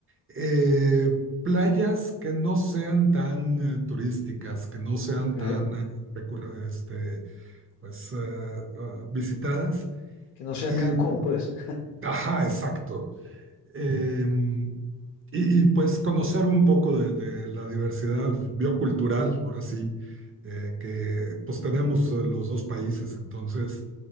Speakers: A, on the right; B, on the left.
A: eh, playas que no sean tan eh, turísticas, que no sean
B: ok.
A: tan eh, recurre- este, pues, eh, ah, visitadas.
B: Que no sea
A: Y,
B: Cancún, pues.
A: ajá, exacto. Mm. Em, y, y, pues conocer un poco de, de la diversidad biocultural, ahora sí, eh, que pues tenemos eh, los dos países. Entonces,